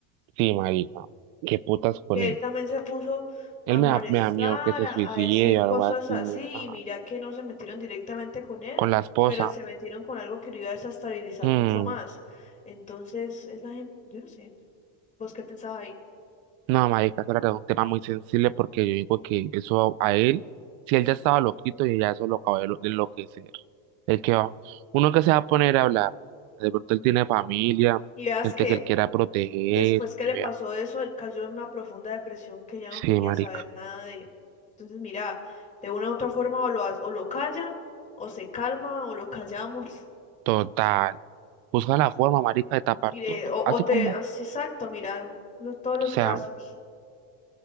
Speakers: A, on the right; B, on the left.
A: Sí, marica, qué putas con
B: que
A: ella.
B: él también se puso a
A: Él me
B: molestar,
A: da, me da miedo que se
B: a,
A: suicide
B: a decir
A: o
B: cosas
A: algo así,
B: así,
A: ay,
B: y mira que no se metieron directamente con él,
A: con la esposa.
B: pero se metieron con algo que lo iba a desestabilizar
A: Hmm,
B: mucho más. Entonces, esa gente, yo no sé, vos qué pensabas ahí.
A: No, marica, eso era un tema muy sensible porque yo digo que eso a él, si él ya estaba loquito y ya eso lo acabó de lo- de enloquecer. El que va, uno que se va a poner a hablar, de pronto él tiene familia,
B: Y veas
A: gente
B: que
A: que él quiera proteger,
B: después que
A: y
B: le
A: vea.
B: pasó eso, él cayó en una profunda depresión que ya no
A: Sí,
B: quería
A: marica,
B: saber nada de... Entonces, mira, de una u otra forma o lo, ha- o lo callan, o se calma, o lo callamos.
A: total. Busca la forma, marica, de tapar
B: Mire,
A: todo.
B: o,
A: Así
B: o te...
A: como,
B: así, Exacto, mira, no todos los
A: o sea.
B: casos.